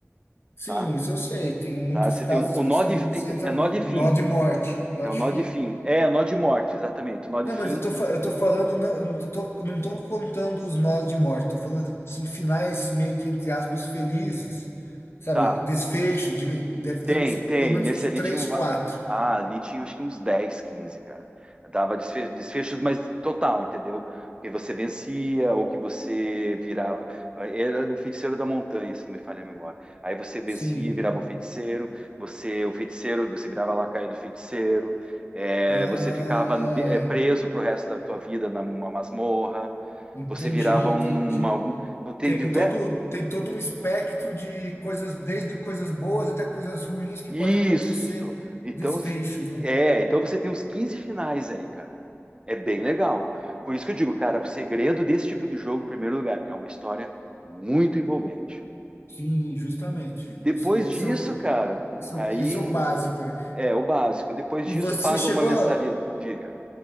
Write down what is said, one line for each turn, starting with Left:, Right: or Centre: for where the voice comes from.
Left: Sim,
Right: tá?
Left: isso eu sei. Tem muitos
Right: Tá? Você
Left: casos
Right: tem o, o
Left: que
Right: nó
Left: você,
Right: de
Left: você
Right: tem-
Left: entra
Right: é
Left: no
Right: nó de fim,
Left: nó de morte, nó
Right: é
Left: de
Right: o nó
Left: fim.
Right: de fim, é, é nó de morte, exatamente, o nó de
Left: Não,
Right: fim,
Left: mas eu tô, fa- eu tô falando, não, eu não tô, não tô contando os nós de morte. Tô falando assim, finais meio que, entre aspas, felizes. Sabe?
Right: tá?
Left: Desfecho, de- deve ter
Right: Tem,
Left: uns,
Right: tem.
Left: pelo menos
Right: Nesse
Left: uns
Right: ali
Left: três,
Right: tinha um.
Left: quatro.
Right: va- Ah, ali tinha acho que uns 10 15 cara. Dava desfe- desfechos, mas total, entendeu? Que você vencia ou que você virava. Era um feiticeiro da montanha, se não me falha a memória. Aí você vencia,
Left: Sim.
Right: virava um feiticeiro. Você, o feiticeiro, você virava a lacaio do feiticeiro. É,
Left: Ah.
Right: você ficava eh, preso pro resto da tua vida numa masmorra.
Left: Entendi,
Right: Você virava um.
Left: entendi.
Right: Algum... Então tem
Left: Tem
Right: diversos.
Left: todo, tem todo um espectro de coisas, desde coisas boas até coisas ruins que
Right: Isso.
Left: pode acontecer,
Right: Então,
Left: desfechos, né?
Right: é, então você tem uns 15 finais aí, cara. É bem legal. Por isso que eu digo, cara, o segredo desse tipo de jogo, em primeiro lugar, é uma história muito envolvente.
Left: Sim, justamente.
Right: Depois
Left: Isso, é- isso,
Right: disso,
Left: é o-
Right: cara,
Left: isso, é
Right: aí
Left: o- isso é o básico, né?
Right: é o básico. Depois
Left: E
Right: disso,
Left: você
Right: paga
Left: chegou
Right: uma mensalidade.
Left: a,
Right: Diga.